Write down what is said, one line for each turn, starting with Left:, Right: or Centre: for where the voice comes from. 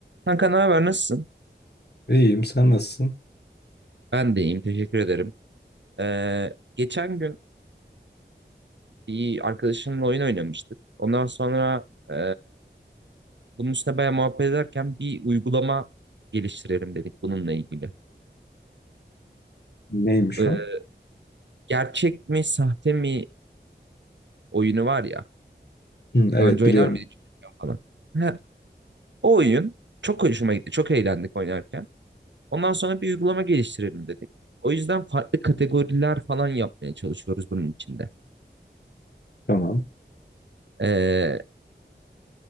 Right: Kanka ne haber nasılsın?
Left: İyiyim, sen nasılsın?
Right: Ben de iyiyim teşekkür ederim. Ee, geçen gün bir arkadaşımla oyun oynamıştık. Ondan sonra e, bunun üstüne bayağı muhabbet ederken bir uygulama geliştirelim dedik bununla ilgili.
Left: Neymiş
Right: Ee,
Left: o?
Right: gerçek mi sahte mi oyunu var ya.
Left: Hı, evet
Right: Daha önce oynar
Left: biliyorum.
Right: mıydın bilmiyorum falan. Ha, o oyun çok hoşuma gitti. Çok eğlendik oynarken. Ondan sonra bir uygulama geliştirelim dedik. O yüzden farklı kategoriler falan yapmaya çalışıyoruz bunun içinde.
Left: Tamam.
Right: Ee,